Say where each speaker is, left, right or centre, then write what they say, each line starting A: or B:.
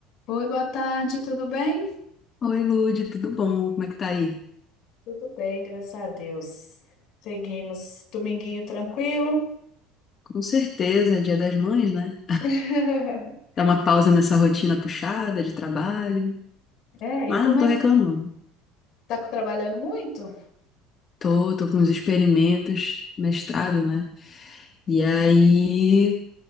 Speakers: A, on the left; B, on the left.
A: Oi, boa tarde, tudo bem? <laughs>
B: Oi, Lude, tudo bom? Como é que tá aí?
A: Tudo bem, graças a Deus. Seguimos. Dominguinho tranquilo.
B: Com certeza, é Dia das Mães, né?
A: <laughs>
B: Dá uma pausa nessa rotina puxada de trabalho,
A: É,
B: mas
A: e como
B: não tô
A: é
B: reclamando.
A: que tá trabalhando muito?
B: Tô, tô com uns experimentos, mestrado, né? E aí,